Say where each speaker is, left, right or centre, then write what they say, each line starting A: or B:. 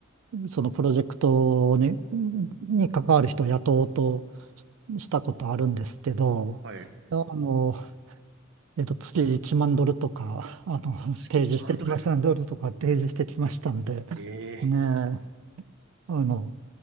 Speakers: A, on the right; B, on the right.
A: そのプロジェクトに、に関わる人を雇おうとししたことあるんですけど、
B: はい。
A: あの、えっと、月1万ドルとか、あの、
B: 月1万ドル。
A: 提示してきました、ドルとか提示してきましたんで、
B: ええ
A: ねえ、あの、